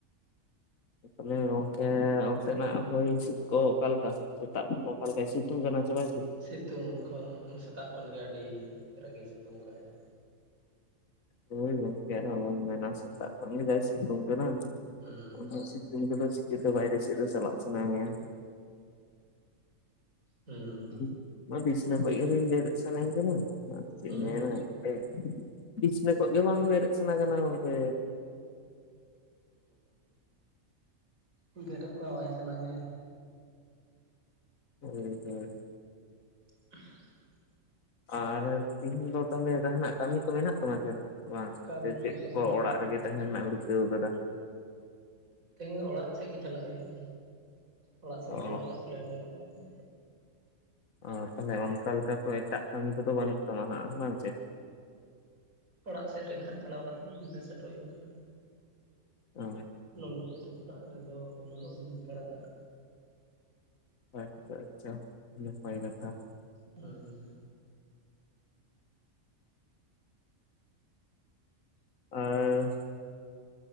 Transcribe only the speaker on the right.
ᱥᱤᱛᱩᱝ ᱠᱷᱚᱱ ᱥᱮᱛᱟᱜ ᱠᱷᱚᱱᱜᱮ ᱟᱹᱰᱤ ᱨᱟᱹᱜᱤ ᱥᱤᱛᱩᱝ ᱠᱟᱜᱼᱟᱭ ᱾
ᱦᱩᱸ
ᱦᱩᱸ
ᱦᱩᱸ
ᱩᱸᱻ ᱵᱮᱨᱮᱫ ᱢᱟ ᱵᱟᱭ ᱥᱟᱱᱟ ᱜᱮ
<unintelligible>
ᱠᱟᱹᱢᱤ
ᱠᱚᱫᱚ
ᱱᱟᱜ
ᱛᱮᱦᱮᱧ ᱫᱚ ᱚᱲᱟᱜ ᱥᱮᱜ ᱜᱮ ᱪᱟᱞᱟᱜ ᱦᱩᱭᱩᱜᱼᱟ ᱚᱲᱟᱜ ᱥᱮᱫ
ᱪᱟᱞᱟᱜ ᱨᱮᱱᱟᱜ ᱯᱮᱞᱮᱱ ᱢᱮᱱᱟᱜ ᱠᱟᱜᱼᱟ᱾
ᱚᱲᱟᱜ ᱥᱮᱜ ᱨᱮᱜᱮ ᱱᱟᱜ ᱪᱟᱞᱟᱣ ᱠᱟᱛᱮᱫ ᱛᱤᱱᱨᱮ ᱥᱮᱴᱮᱨ ᱦᱩᱭᱩᱜ ᱠᱟᱱᱟ
ᱱᱚᱱᱛᱮ ᱛᱮᱫᱚ ᱚᱲᱟᱜ ᱨᱮᱫᱚ ᱵᱟᱹᱱᱩᱜ ᱦᱟᱛᱟᱲᱟ‌ ᱠᱟᱜ
ᱦᱩᱸ,